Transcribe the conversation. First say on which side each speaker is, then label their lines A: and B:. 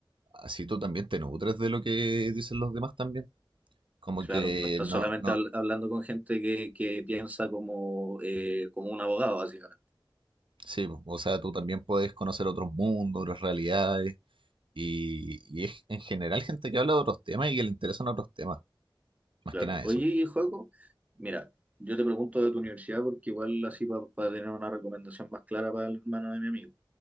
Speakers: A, on the right; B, on the right.
A: así tú también te nutres de lo que dicen los demás también. Como
B: Claro,
A: que
B: no estás
A: no,
B: solamente
A: no,
B: habl- hablando con gente que, que piensa como, eh, como un abogado, básicamente.
A: sí, po, o sea, tú también puedes conocer otros mundos, otras realidades, y, y es en general gente que habla de otros temas y que le interesan otros temas, más
B: Claro.
A: que nada
B: Oye,
A: eso.
B: Joaco, mira, yo te pregunto de tu universidad porque igual así para tener una recomendación más clara para el hermano de mi amigo.